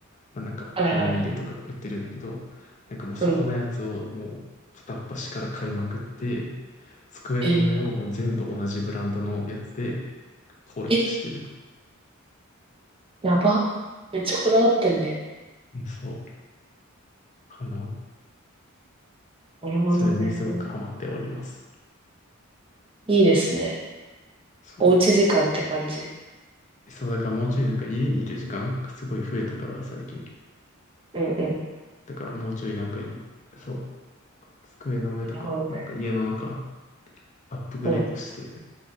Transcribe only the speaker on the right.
はいはい。
うん。
へえ。
え、やば。めっちゃこだわってんね。
なるほどね。
いいですね。
おうち時間って感じ。
うんうん。
なるほどね。
うん。